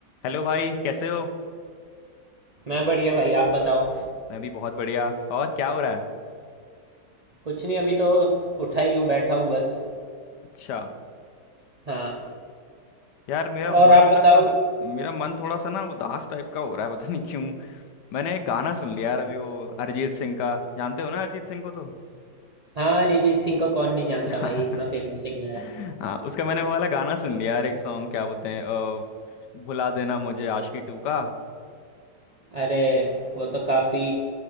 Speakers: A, on the left; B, on the right.
A: Hello भाई कैसे हो
B: मैं बढ़िया भाई आप बताओ
A: मैं भी बहुत बढ़िया और क्या हो रहा है
B: कुछ नहीं अभी तो उठा ही हूँ बैठा हूँ बस
A: अच्छा
B: हाँ
A: यार मेरा मन
B: और आप बताओ
A: ना मेरा मन थोड़ा सा ना उदास टाइप का हो रहा है पता नहीं क्यों मैंने एक गाना सुन लिया यार अभी वो अरिजीत सिंह का जानते हो ना अरिजीत सिंह को तो
B: हाँ अरिजीत सिंह को कौन नहीं जानता
A: <laughs>
B: भाई इतना फेमस सिंगर है
A: हाँ उसका मैंने वो वाला गाना सुन लिया यार एक सॉन्ग क्या बोलते हैं अ, भुला देना मुझे आशिकी टू का
B: अरे वो तो काफ़ी